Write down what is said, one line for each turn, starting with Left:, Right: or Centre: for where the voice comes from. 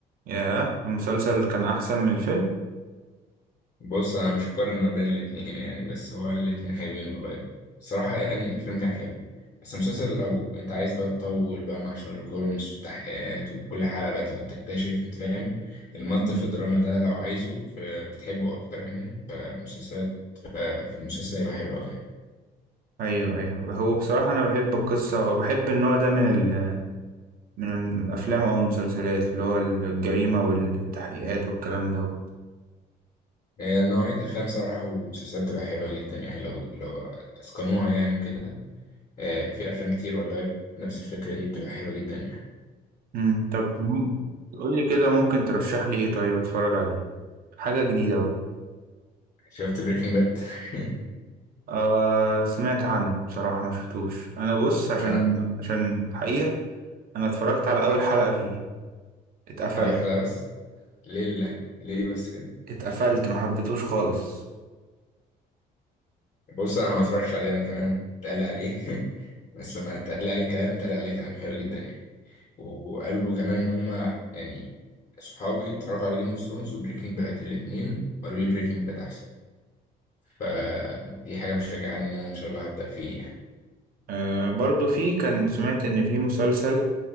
Right: ياه المسلسل كان احسن من الفيلم
Left: بص أنا مش هقارن ما بين الاتنين يعني بس هو الاتنين حلوين والله صراحة يعني الفيلم كان حلو بس المسلسل لو أنت عايز بقى تطول بقى مع شارلوك هولمز والتحقيقات وكل حلقة بقى تقعد تكتشف أنت فاهم المط
Right: مم.
Left: في الدراما ده لو عايزه فبتحبه أكتر يعني فالمسلسلات في المسلسل هيبقى حلو أوي يعني.
Right: ايوه ايوه هو بصراحه انا بحب القصه وبحب النوع ده من ال من الأفلام أو المسلسلات اللي هو الجريمة والتحقيقات والكلام ده
Left: آه، نوعية أفلام صراحة ومسلسلات بتبقى حلوة جدا يعني لو لو أتقنوها يعني وكده آه، في افلام كتير والله نفس الفكره دي بتبقى حلوه جدا يعني
Right: امم طب م- قولي كده ممكن ترشح لي إيه طيب أتفرج عليه حاجة جديدة بقى
Left: شفت بريكنج باد <laughs>
Right: آه سمعت عنه بصراحة ما شفتوش أنا بص عشان
Left: ما أنا
Right: عشان الحقيقة أنا اتفرجت على أول حلقة فيه اتقفلت
Left: اول حلقه بس ليه لا ليه بس كده
Right: اتقفلت ما حبيتهوش خالص
Left: بص انا ما اتفرجش عليه انا كمان اتقال لي عليه <laughs> بس لما اتقال لي عليه كلام اتقال لي عليه كلام حلو جدا يعني وقالوا كمان ان هم يعني صحابي اتفرجوا على جيم اوف ثرونز وبريكنج باد الاثنين وقالوا لي بريكنج باد احسن فدي حاجه مشجعاني ان انا ان شاء الله هبدا فيه يعني
Right: آه برضو فيه كان سمعت إن فيه مسلسل